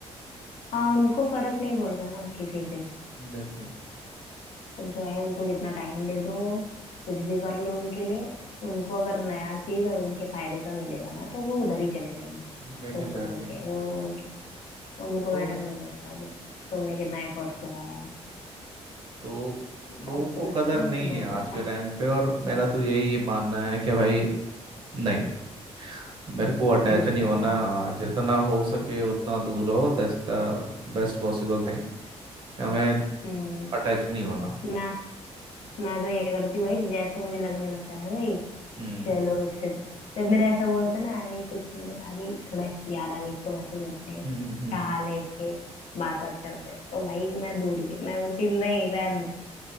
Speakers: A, on the left; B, on the right.
A: हाँ उनको फर्क नहीं पड़ता ना किसी से
B: एग्जैक्टली
A: तुम जो है उनको जितना टाइम दे दो कुछ भी कर लो उनके लिए उनको अगर नया चीज और उनके फायदे का मिलेगा ना तो वो उधर ही चले जाएंगे
B: एग्जैक्टली
A: तुमको छोड़ के वो उनके उनको
B: तो
A: मैटर नहीं करता कि तुमने कितना एफर्ट्स लगाया है
B: तो लोगों
A: डर तो
B: को
A: लगता
B: कदर
A: है
B: नहीं
A: मुझे बहुत
B: है आज
A: ज्यादा
B: के टाइम पे और मेरा तो यही मानना है कि भाई नहीं मेरे को अटैच
A: <laughs> दूर
B: नहीं होना
A: रहो
B: हाँ, जितना हो सके उतना दूर रहो that's the best possible thing हमें
A: हम्म
B: अटैच नहीं होना
A: मैं मैं तो ये करती हूँ भाई जैसे मुझे लगने लगता है ना भाई
B: हम्म
A: चलो इससे तो जब मेरा ऐसा वो होता है ना अरे कुछ नहीं कर- अरे थोड़ा इसकी याद आ गई इसको मैसेज भेजते हैं
B: हम्म हम्म
A: क्या हाल है इसके बात बात करते हैं तो भाई मैं दूर ही मैं बोलती हूँ, नहीं रहने दो